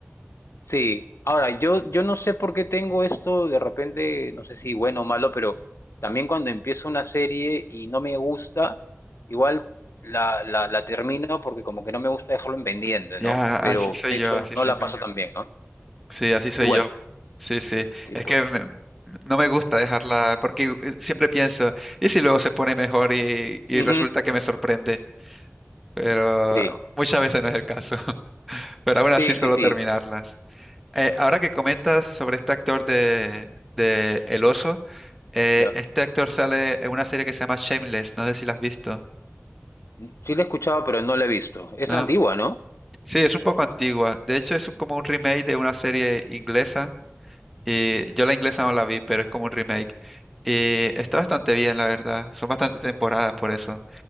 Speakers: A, on the left; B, in the centre.
A: Sí, ahora yo, yo no sé por qué tengo esto de repente, no sé si bueno o malo, pero también cuando empiezo una serie y no me gusta, igual la, la, la termino porque como que no me gusta dejarlo en pendiente,
B: Ya,
A: ¿no?
B: así
A: Pero
B: soy
A: de
B: yo,
A: hecho
B: así
A: no
B: soy
A: la
B: yo.
A: paso tan bien, ¿no?
B: Sí, así soy
A: Igual,
B: yo. Sí, sí.
A: sí,
B: Es
A: pues.
B: que me- no me gusta dejarla porque eh, siempre pienso, ¿y si luego se pone mejor y, y
A: Ujú,
B: resulta que me sorprende? Pero
A: Sí,
B: muchas veces no es el caso. <laughs> Pero aún
A: sí,
B: así suelo
A: sí, sí.
B: terminarlas. Eh, ahora que comentas sobre este actor de, de El Oso, eh,
A: Ya.
B: este actor sale en una serie que se llama Shameless, no sé si la has visto,
A: Sí la he escuchado, pero no la he visto. Es
B: ¿no?
A: antigua, ¿no?
B: Sí, es un poco antigua. De hecho, es como un remake de una serie inglesa Y yo la inglesa no la vi, pero es como un remake. Y está bastante bien, la verdad. Son bastantes temporadas por eso.